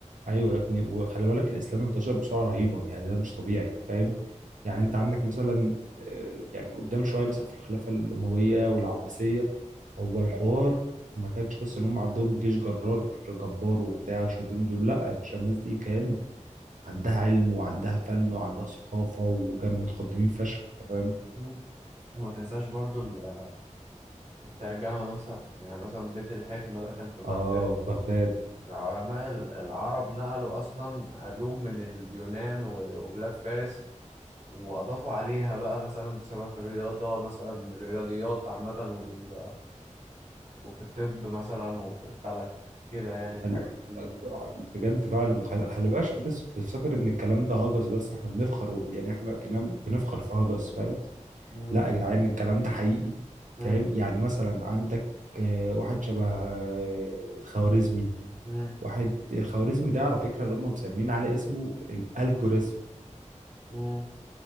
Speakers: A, on the right (about 85°); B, on the right (about 65°).
A: ايوه يا ابني وخلي بالك الاسلام انتشر بسرعه رهيبه يعني ده مش طبيعي فاهم يعني انت عندك مثلا آه، يعني قدام شويه مثلا في الخلافه الامويه والعباسيه هو الحوار ما كانش بس ان هم عندهم جيش جرار جبار وبتاع شادين دول لا يا باشا الناس دي كان عندها علم وعندها فن وعندها ثقافه وكانوا متقدمين فشخ انت فاهم
B: مم. وما تنساش برضو ال- الترجمة مثلا يعني مثلا بيت الحكمة ده كان في بغداد
A: اه بغداد
B: العلماء ال- العرب نقلوا أصلا علوم من اليونان و- وبلاد فارس وأضافوا عليها بقى مثلا شبه في الرياضة مثلا الرياضيات عامة وال- وفي الطب مثلا وفي الفلك كده يعني
A: خل...
B: في حاجات كتير
A: بجد فعلا خل... خلي بالك عشان في ناس بتفتكر ان الكلام ده هجس بس احنا بنفخر و... يعني احنا كنا بنفخر في هجس فاهم
B: مم،
A: لا يا جدعان الكلام ده حقيقي
B: مم،
A: فاهم يعني مثلا عندك آه، واحد شبه آه، الخوارزمي
B: مم،
A: واحد الخوارزمي ده على فكره اللي هم مسمين على اسمه الالجوريزم
B: مم.